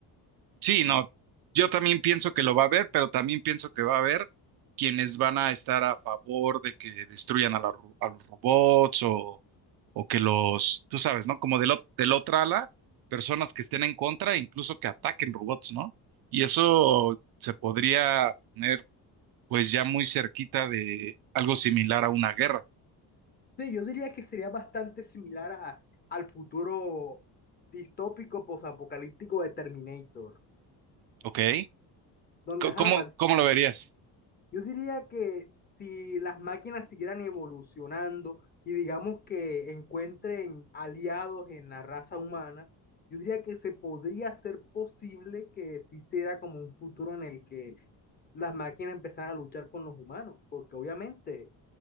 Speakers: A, on the right (about 65°); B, on the left (about 25°).
A: Sí, no, yo también pienso que lo va a haber, pero también pienso que va a haber quienes van a estar a favor de que destruyan a, la ro- a los robots o, o que los, tú sabes, ¿no? Como del, ot- del otra ala, personas que estén en contra, incluso que ataquen robots, ¿no? Y eso se podría poner pues ya muy cerquita de algo similar a una guerra,
B: Sí, yo diría que sería bastante similar a- al futuro distópico posapocalíptico de Terminator,
A: ¿ok?
B: donde
A: Co-
B: ajá,
A: ¿Cómo, cómo lo verías?
B: Yo diría que si las máquinas siguieran evolucionando y digamos que encuentren aliados en la raza humana, yo diría que se podría hacer posible que sí sea como un futuro en el que las máquinas empezaran a luchar con los humanos, porque obviamente